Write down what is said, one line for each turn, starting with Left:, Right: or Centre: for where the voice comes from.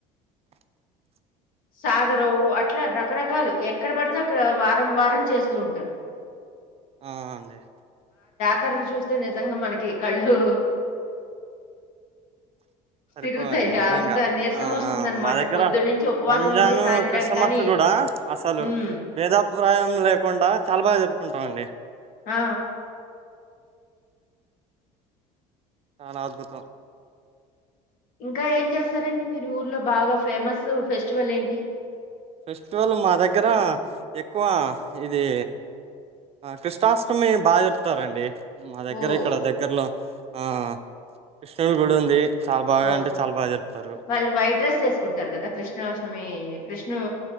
Right: <inaudible>
Left: సాగర్ అట్లా రకరకాలు ఎక్కడ పడితే అక్కడ వారం వారం చేస్తూ ఉంటారు
Right: ఆ అండి
Left: ఇతరలు చూస్తే నిజంగా మనకి కళ్ళు
Right: <inaudible> సరిపోవండి
Left: తిరుగుతాయి.
Right: నిజంగా
Left: అంత నీరసం
Right: ఆ
Left: వస్తుందనమాట.
Right: మా దగ్గర
Left: పొద్దున్నుంచి ఉపవాసం
Right: రంజాన్
Left: ఉండి సాయంత్రం
Right: క్రిస్మస్
Left: కానీ
Right: కూడా అసలు
Left: హ్మ్.
Right: భేదాభిప్రాయం లేకుండా చాలా బాగా జరుపుకుంటామండి
Left: ఆ
Right: చానా అద్భుతం
Left: ఇంకా ఏం చేస్తారండి మీరు ఊర్లో బాగా ఫేమస్ ఫెస్టివల్ ఏంటి
Right: ఫెస్టివల్ మా దగ్గర ఎక్కువ ఇది ఆ కృష్ణాష్టమి బాగా జరుపుతారండీ మా దగ్గర
Left: ఓహ్!
Right: ఇక్కడ దగ్గరలో ఆ కృష్ణుల గుడి ఉంది చాలా బాగా
Left: ఓ
Right: అంటే చాలా బాగా జరుపుతారు
Left: వాళ్ళు వైట్ డ్రెస్ వేసుకుంటారు కదా కృష్ కృష్ణాష్టమి కృష్ణు